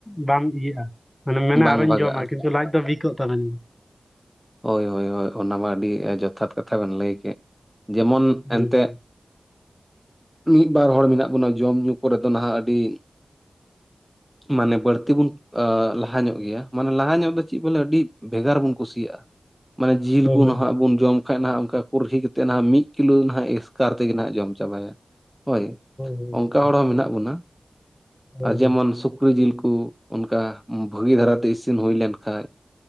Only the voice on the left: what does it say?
ᱵᱟᱢ ᱤᱭᱟᱹᱜᱼᱟ ᱢᱟᱱᱮ ᱢᱮᱱᱟ
ᱟᱨᱚᱧ
ᱡᱚᱢᱟ ᱠᱤᱱᱛᱩ ᱞᱟᱡ ᱫᱚ ᱵᱤᱠᱚᱜ ᱛᱟᱵᱮᱱᱟ᱾
ᱜᱮᱭᱟ
ᱦᱩᱸ
ᱦᱩᱸ
ᱦᱳᱭ ᱦᱳᱭ
ᱦᱳᱭ
ᱦᱳᱭ
ᱦᱳᱭ